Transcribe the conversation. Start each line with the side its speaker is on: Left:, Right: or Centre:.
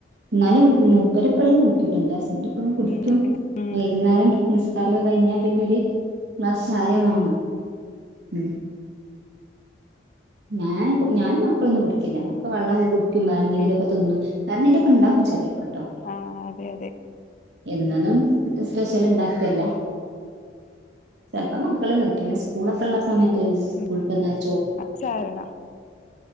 Right: എന്നാലും മുപ്പരെപ്പോഴും കുടിക്ക്ട്ടോ എന്റെ ഹസ്ബൻഡ് എപ്പഴും കുടിക്കും
Left: ഉം അതന്നെ ഉം
Right: വൈകുന്നേരം നിസ്ക്കാര കഴിഞ്ഞാ പിന്നൊര് ക്ലാസ് ചായ വേണം
Left: ഉം
Right: ഉം ഞാൻ ഞാൻ മക്കളൊന്നും കുടിക്കില്ല വെള്ളം കുടിക്കുംവേറെ എന്തെങ്കിലും
Left: ഉം
Right: ഒക്കെ തിന്നും വേറെ ന്തേലൊക്കെ ണ്ടാക്കും ചേലെപ്പം ട്ടോ
Left: ആഹ് അതെ അതെ
Right: എന്നൊന്നും സ്പെഷ്യൽ ഉണ്ടാക്കല്ല ചിലപ്പോം മക്കള് നിക്കെ സ്കൂളൊക്കെ ഉള്ള സമയത്ത് സ്കൂളട്ട്
Left: ഉം
Right: ന്നാല്
Left: ആഹ് സാരണ